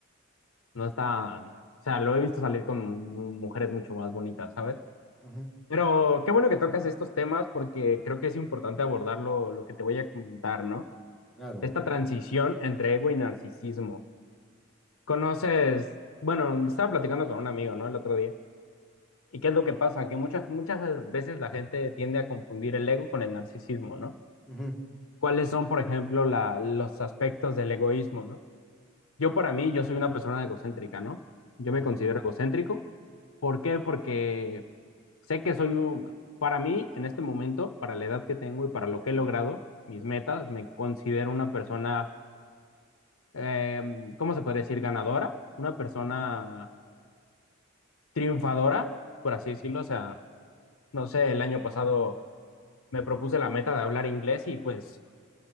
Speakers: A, on the left (about 85°); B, in the centre.
A: No está, o sea, lo he visto salir con mu- mujeres mucho más bonitas, ¿sabes?
B: ujú,
A: Pero qué bueno que tocas estos temas porque creo que es importante abordar lo, lo que te voy a comentar, ¿no?
B: claro,
A: Esta transición entre ego y narcisismo. Conoces, bueno, estaba platicando con un amigo, ¿no? El otro día. ¿Y qué es lo que pasa? Que muchas, muchas veces la gente tiende a confundir el ego con el narcisismo, ¿no?
B: ujú,
A: cuáles son, por ejemplo, la, los aspectos del egoísmo, ¿no? Yo para mí, yo soy una persona egocéntrica, ¿no? Yo
B: ujú,
A: me considero egocéntrico. ¿Por qué? Porque sé que soy, un- para mí, en este momento, para la edad que tengo y para lo que he logrado, mis metas, me considero una persona, eh, ¿cómo se puede decir? Ganadora, una persona
B: ujú,
A: triunfadora, por así decirlo. O sea, no sé, el año pasado me propuse la meta de hablar inglés y pues